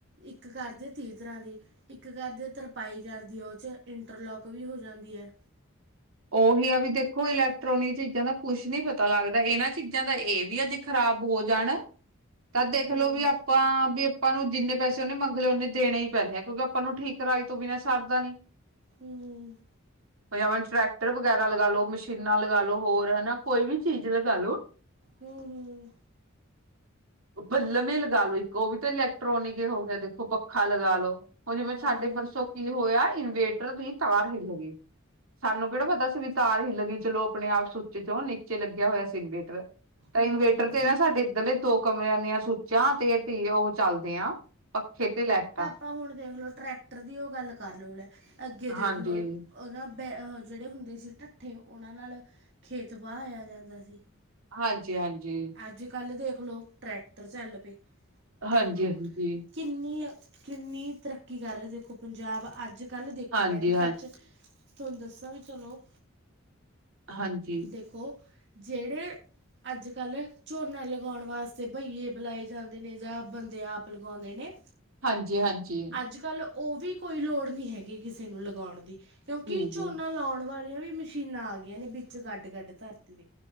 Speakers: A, on the right (about 55°); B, on the right (about 80°).
A: ਇੱਕ ਕਰਦੇ ਆ ਤੀਹ ਤਰ੍ਹਾਂ ਦੀ ਇੱਕ ਕਰਦੇ ਤਰਪਾਈ ਕਰਦੀ ਐ, ਓ'ਚ ਇੰਟਰਲੋਕ ਵੀ ਹੋ ਜਾਂਦੀਐ।
B: ਓਹੀ ਆ ਵੀ ਦੇਖੋ ਇਲੈਕਟ੍ਰੋਨਿਕ ਚੀਜ਼ਾਂ ਦਾ ਕੁਛ ਨੀ ਪਤਾ ਲੱਗਦਾ ਏਨਾਂ ਚੀਜ਼ਾਂ ਦਾ ਏ ਵੀ ਆ ਖਰਾਬ ਹੋ ਜਾਣ ਤਾਂ, ਦੇਖਲੋ
A: ਹੂੰ
B: ਵੀ ਆਪ ਆਪਾਂ ਵੀ ਆਪਾਂ ਨੂੰ ਜਿੰਨੇ ਪੈਸੇ ਓਨੇ ਮੰਗ ਲਏਨੇ ਦੇਣੇ ਹੀ ਪੈਂਣੇਦੇ ਆ, ਕਿਉਂਕਿ ਆਪਾਂ ਨੂੰ ਠੀਕ ਕਰਾਈ ਤੋਂ ਬਿਨਾਂ ਸਰਦਾ ਨੀ।
A: ਹੂੰ।
B: ਜਮ ਟਰੈਕਟਰ ਵਗੈਰਾ ਲਗਾ ਲੋ, ਮਸ਼ੀਨਾਂ ਲਗਾ ਲੋ ਹੋਰ ਹਨਾ ਕੋਈ ਵੀ ਚੀਜ਼ ਲਗਾ ਲੋ।
A: ਹੂੰ-ਹੂੰ।
B: ਬੱਲਮ ਹੀ ਲਗਾ ਲਓ, ਇੱਕ ਓ ਵੀ ਤਾਂ ਇਲੈਕਟ੍ਰੋਨਿਕ ਹੀ ਹੋ ਗਿਆ ਦੇਖੋ। ਪੱਖਾ ਲਗਾ ਲੋ। ਹੁਨ ਜਿਵੇਂ,
A: ਹਾਂ
B: ਸਾਡੇ ਪਰਸੋਂ ਕੀ ਹੋਇਆ, ਇਨਵੇਟਰ ਦੀ ਤਾਰ ਹਿੱਲ ਗੀ ਸਾਨੂੰ ਕੇੜਾ ਪਤਾ ਸੀ ਵੀ ਤਾਰ ਹਿੱਲ ਗੀ, ਚਲੋ ਅਪਨੇ ਆਪ ਸੁ ਚ ਨੀਚੇ ਲੱਗਿਆ ਹੋਇਆ ਸੀ ਇਨਵੇਟਰ, ਤਾਂ
A: ਹੂੰ
B: ਇਨਵੇਟਰ ਤੇ ਨਾ ਸਾਡੇ ਏਧਰ ਏ ਦੋ ਕਮਰੇ ਨੀਆ ਸੁੱਚਾ 'ਤੇ ਟੀ ਓ ਚੱਲਦੇ ਆਂ, ਪੱਖੇ ਤੇ ਲੈਟਾ
A: ਤਾਂ ਹੁਣ ਦੇਖ ਲਓ, ਟਰੈਕਟਰ ਦੀ ਓ ਗੱਲ ਕਰ ਲਓ ਲੈ, ਅੱਗੇ ਦੇਖ
B: ਹਾਂਜੀ
A: ਲਓ ਓਦਾ ਬੈ, ਜੇੜੇ ਹੁੰਦੇ ਸੀ ਢੱਠੇ ਓਨਾਂ ਨਾਲ ਖੇਤ ਬਾਹਇਆ ਜਾਂਦਾ ਸੀ।
B: ਹਾਂਜੀ-ਹਾਂਜੀ।
A: ਅੱਜਕੱਲ੍ਹ ਦੇਖ ਲਓ, ਟਰੈਕਟਰ ਚੱਲ ਪਏ, ਦੇਖ
B: ਹਾਂਜੀ
A: ਲਓ।
B: ਹਾਂਜੀ
A: ਕਿੰਨੀ ਅ, ਕਿੰਨੀ ਤਰੱਕੀ ਕਰ ਰਿਹਾ ਦੇਖੋ ਪੰਜਾਬ ਅੱਜ -ਕੱਲ ਦੇਖੋ
B: ਹਾਂਜੀ
A: ਮੈਡਮ
B: ਹਾਂਜੀ
A: ਸੱਚ। ਥੋਨੂੰ ਦੱਸਾਂ ਵੀ ਚਲੋ,
B: ਹਾਂਜੀ
A: ਦੇਖੋ ਜਿਹੜੇ ਅੱਜ -ਕੱਲ ਝੋਨਾ ਲਗਾਉਣ ਵਾਸਤੇ ਬਈਏ ਬੁਲਾਏ ਜਾਂਦੇ ਨੇ ਜਾਂ ਬੰਦੇ ਆਪ ਲਗਾਉਂਦੇ ਨੇ
B: ਹਾਂਜੀ-ਹਾਂਜੀ।
A: ਅੱਜ-ਕੱਲ੍ਹ ਉਹ ਵੀ ਕੋਈ ਲੋੜ ਨੀ ਹੈਗੀ ਕਿਸੇ ਨੂੰ ਲਗਾਉਣ ਦੀ ਕਿਉਂਕਿ
B: ਜੀ
A: ਝੋਨਾ
B: ਜੀ
A: ਲਾਉਣ ਵਾਲੀਆਂ ਵੀ ਮਸ਼ੀਨਾਂ ਆ ਗਈਆਂ ਨੇ ਵਿੱਚ ਗੱਡ-ਗੱਡ ਧਰਤੀ ਦੇ।